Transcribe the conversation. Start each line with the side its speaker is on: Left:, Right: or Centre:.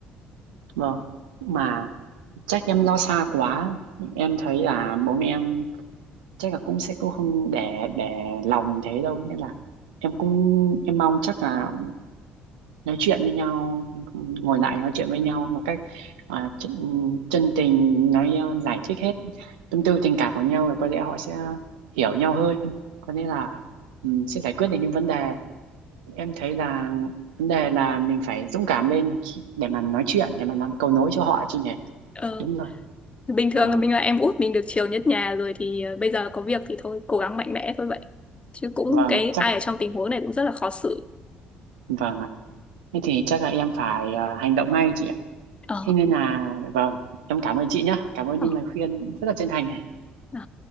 Right: vâng mà chắc em lo xa quá em thấy là bố mẹ em chắc là cũng sẽ cũng không để để lòng thế đâu nên là em cũng em mong chắc là nói chuyện với nhau ngồi lại nói chuyện với nhau một cách à, chân, chân tình nói à, giải thích hết tâm tư tình cảm của nhau rồi có lẽ họ sẽ hiểu nhau hơn có lẽ là ừm, sẽ giải quyết được những vấn đề em thấy là vấn đề là mình phải dũng cảm lên khi- để mà nói chuyện để mà làm cầu nối cho họ chứ nhỉ
Left: ờ,
Right: đúng rồi
Left: bình thường
Right: à,
Left: là mình là em út mình được chiều nhất nhà rồi thì ờ, bây giờ có việc thì thôi cố gắng mạnh mẽ thôi vậy chứ cũng
Right: vâng
Left: cái ai
Right: chắc
Left: ở trong tình huống này cũng rất là khó xử
Right: vâng ạ thế thì chắc là em phải à, hành động ngay chị ạ
Left: ờ,
Right: thế nên là vâng em cảm ơn chị nhé cảm ơn
Left: ờ,
Right: những lời khuyên rất là chân thành này
Left: đó.